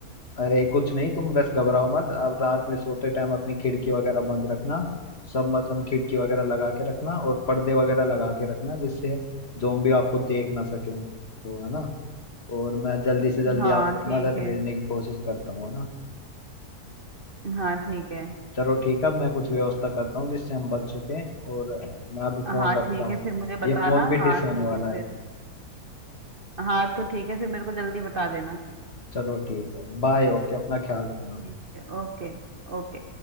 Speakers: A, on the left; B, on the right.
A: अरे कुछ नहीं तुम बस घबराओ मत अब रात में सोते टाइम अपनी खिड़की वगैरह बंद रखना सब मतलब खिड़की वगैरह लगा के रखना और पर्दे वगैरह लगा के रखना जिससे जोम्बी आपको देख ना सके तो है ना और मैं जल्दी से जल्दी
B: हाँ
A: आपको
B: ठीक
A: मदद
B: है
A: भेजने की कोशिश करता हूँ है ना
B: हाँ ठीक है
A: चलो ठीक है अब मैं कुछ व्यवस्था करता हूँ जिससे हम बच सकें और मैं अभी
B: हाँ
A: फोन रखता
B: ठीक
A: हूँ
B: है फिर मुझे
A: ये
B: बताना
A: फोन भी
B: हाँ
A: डिस होने
B: ठीक
A: वाला
B: है फिर
A: है
B: हाँ तो ठीक है फिर मेरे को जल्दी बता देना
A: चलो ठीक है बाय ओके अपना ख्याल रखना
B: ठीक है ओके ओके